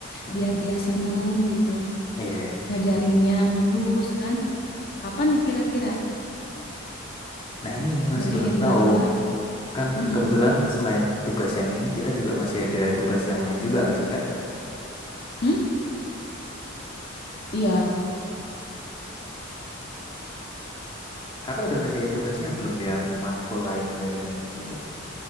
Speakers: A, on the left; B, on the left.
A: Mm,
B: Biar dia seneng gitu.
A: Iya.
B: Ngajarinnya mulus kan. Kapan nih kira-kira
A: Nah ini masih
B: ngerjain
A: belum tahu.
B: bareng lah?
A: Kan
B: Mm-mm.
A: kebetulan selain tugas yang ini kita juga masih ada tugas yang lain juga nggak sih Kak?
B: Hmm? Iya,
A: Kakak udah ngerjain tugasnya belum yang matkul lain dari itu?